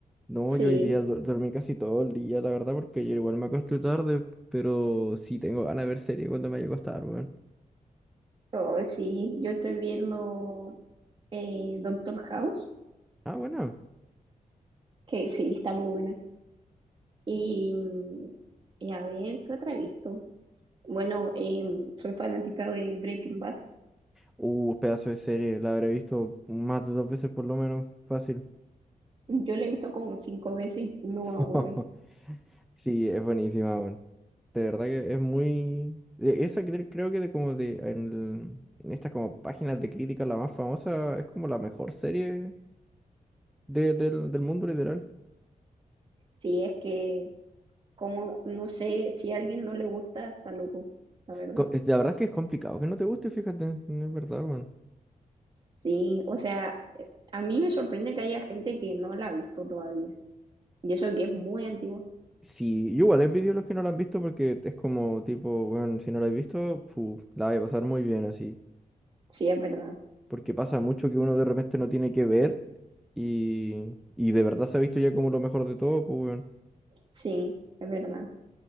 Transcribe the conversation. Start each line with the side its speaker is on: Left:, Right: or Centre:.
Centre: No,
Right: Sí,
Centre: yo hoy día du- dormí casi todo el día, la verdad, porque ayer igual me acosté tarde, pero sí tengo ganas de ver serie cuando me haya acostado, weón.
Right: oh, sí, yo estoy viendo eh, Doctor House,
Centre: Ah, bueno.
Right: que sí, está muy buena. Y, mm, y a ver, ¿qué otra he visto? Bueno, em, soy fanática de Breaking Bad.
Centre: Uh, pedazo de serie, la habré visto más de dos veces por lo menos, fácil.
Right: Yo la he visto como cinco veces y no
Centre: <laughs>
Right: me aburre.
Centre: Sí, es buenísima, weón. De verdad que es muy... de Esa cre- creo que de como de... En, el- en estas como páginas de crítica, la más famosa, es como la mejor serie de- del, del mundo literal.
Right: Sí, es que, como, no sé, si a alguien no le gusta, está loco, la verdad.
Centre: Co- es- La verdad es que es complicado que no te guste, fíjate, no es verdad, weón.
Right: Sí, o sea, eh, a mí me sorprende que haya gente que no la ha visto todavía. Y eso que es muy antiguo.
Centre: Sí, yo igual envidio a los que no la han visto porque es como tipo, bueno, si no la has visto, fu, la vas a pasar muy bien así.
Right: Sí, es verdad.
Centre: porque pasa mucho que uno de repente no tiene que ver y, y de verdad se ha visto ya como lo mejor de todo, pues weón.
Right: Sí, es verdad.